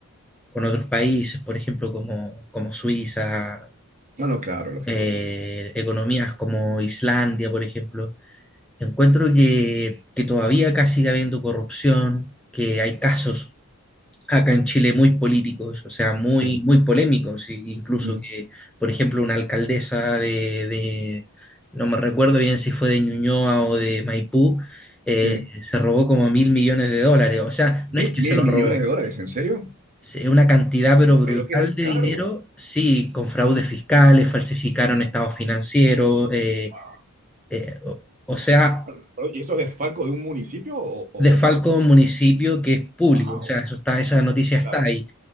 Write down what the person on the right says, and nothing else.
No, no, claro, lógico,
sí, sí.
Sí.
Mm,
Sí.
¿Mil,
mil
millones
de dólares? ¿En serio?
Pero qué descaro.
Wow.
Pero- pero, ¿Y esto es desfalco de un municipio o o,
o, o-
wow,
claro,